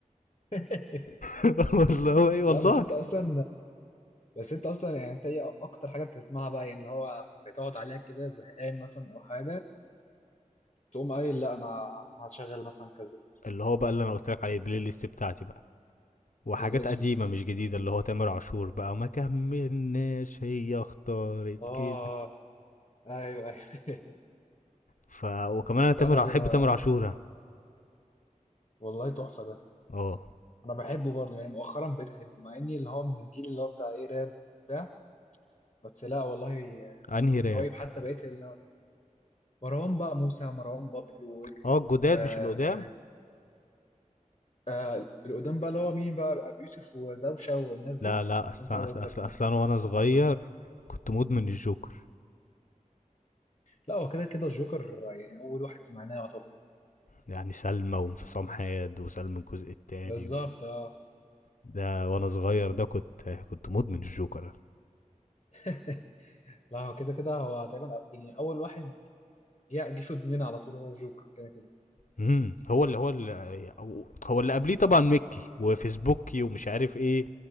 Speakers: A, on the left; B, on the left.
A: <laughs>
B: <laughs> <applause> والله ايه والله
A: لا بس انت اصلا بس انت اصلا يعني انت ايه اكتر حاجه بتسمعها بقى يعني اللي هو بتقعد عليها كده زهقان مثلا او حاجه تقوم قايل لا انا هسمع- هشغل مثلا كذا
B: اللي هو بقى اللي انا قلت لك عليه البلاي ليست بتاعتي بقى وحاجات
A: الاسود
B: قديمه مش جديده اللي هو تامر عاشور بقى ما كملناش هي اختارت
A: اه
B: كده
A: ايوه ايوه
B: ف وكمان
A: <laughs>
B: انا
A: لا
B: تامر
A: انا بنا...
B: احب تامر عاشور أنا.
A: والله تحفه ده
B: اه
A: انا بحبه برضه يعني مؤخرا بقيت احبه مع اني اللي هو من الجيل اللي هو بتاع ايه راب بتاع بس لا والله
B: انهي راب
A: قريب حتى بقيت ال- مروان بقى موسى مروان بابلو ويجز
B: اه الجداد
A: آه
B: مش القدام
A: آه القدام بقى اللي هو مين بقى ابو يوسف ودوشه والناس
B: لا
A: دي
B: لا اصلا
A: وانت قصدك
B: اصلا أصل
A: مين
B: أصل انا وانا صغير كنت مدمن الجوكر
A: لا هو كده كده الجوكر يعني اول واحد سمعناه يعتبر
B: يعني سلمى وانفصام حاد وسلمى الجزء التاني
A: بالظبط اه
B: ده وانا صغير ده كنت كنت مدمن الجوكر
A: <laughs> لا هو كده كده هو تقريبا يعني اول واحد جه جه في ودننا على طول هو الجوكر كده كده
B: امم هو اللي هو اللي هو اللي قبليه طبعا مكي وفيسبوكي ومش عارف ايه